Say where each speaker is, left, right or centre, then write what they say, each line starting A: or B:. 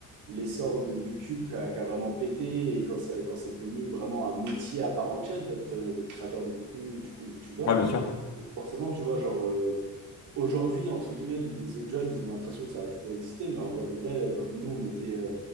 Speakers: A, on the right; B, on the left.
A: l'essor de YouTube qui a, qui a vraiment pété et quand, ça, quand c'est devenu vraiment un métier à part entière d'être euh, d'être créateur de contenu et du coup, YouTubeur.
B: ouais, bien sûr.
A: Donc, forcément, tu vois, genre, euh, Aujourd'hui, entre guillemets, les autres jeunes, ils ont l'impression que ça a toujours existé, mais en vrai de vrai, euh, quand nous, on était, euh,